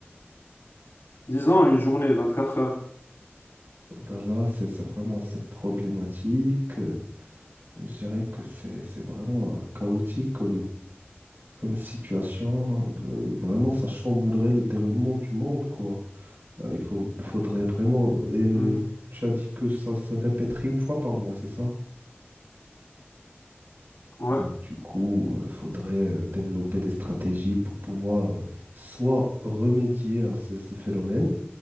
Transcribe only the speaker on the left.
Disons une journée, 24 heures.
Mhm.
Ouais.